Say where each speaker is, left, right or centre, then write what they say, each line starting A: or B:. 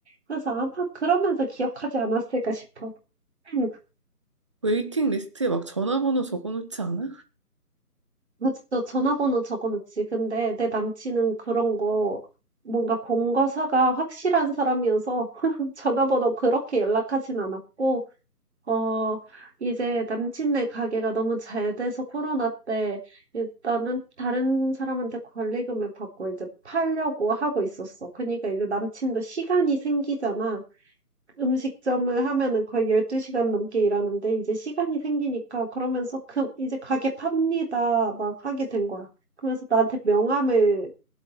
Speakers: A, on the right (about 45°); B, on the right (about 20°).
A: 그래서 아마 그러면서 기억하지 않았을까 싶어. <clears throat>
B: 웨이팅 리스트에 막 전화번호 적어놓지 않아?
A: 그쵸. 전화번호 적어놓지. 근데 내 남친은 그런 거 뭔가 공과사가 확실한 사람이어서 <laughs> 전화번호 그렇게 연락하진 않았고, 어, 이제 남친네 가게가 너무 잘 돼서 코로나 때 일단은 다른 사람한테 권리금을 받고 이제 팔려고 하고 있었어. 그러니까 이제 남친도 시간이 생기잖아. 음식점을 하면은 거의 12 시간 넘게 일하는데 이제 시간이 생기니까 그러면서 "그 이제 가게 팝니다." 막 하게 된 거야. 그러면서 나한테 명함을